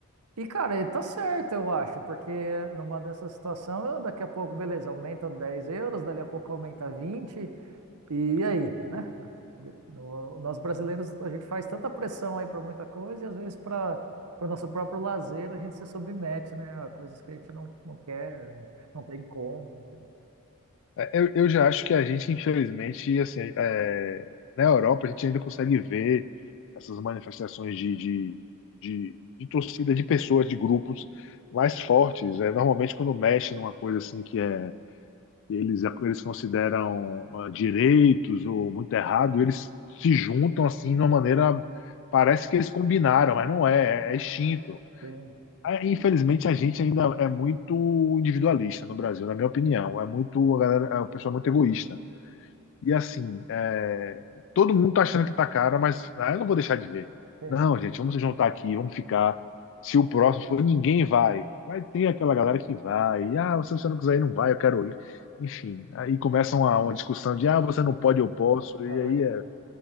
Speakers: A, on the right; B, on the left.
A: E, cara, ele tá certo, eu acho, porque numa dessa situação, eu, daqui a pouco, beleza, aumenta 10 euros, dali a pouco aumenta 20 e aí, né? De- no- Nós brasileiros, a gente faz tanta pressão aí para muita coisa, e às vezes para o nosso próprio lazer, a gente se submete, né, a coisas que a gente não, não quer, não tem como.
B: Eu, eu já acho que a gente, infelizmente, assim, é, na Europa, a gente ainda consegue ver essas manifestações de, de, de, de torcida, de pessoas, de grupos mais fortes. É, normalmente, quando mexe numa coisa assim que é, que eles, eles consideram ah, direitos ou muito errado, eles se juntam assim de uma maneira. Parece que eles combinaram, mas não é, é, é extinto.
A: Sim,
B: Ah, Infelizmente, a gente ainda é muito individualista no Brasil, na minha opinião. É muito, a galera, é uma pessoa muito egoísta. E assim, é, todo mundo tá achando que tá caro, mas ah, eu não vou deixar de ver.
A: sim.
B: Não, gente, vamos se juntar aqui, vamos ficar. Se o próximo for, ninguém vai. Vai ter aquela galera que vai. Ah, se você não quiser ir, não vai, eu quero ir. Enfim, aí começam uma, uma discussão de ah, você não pode, eu posso,
A: É
B: e
A: verdade.
B: aí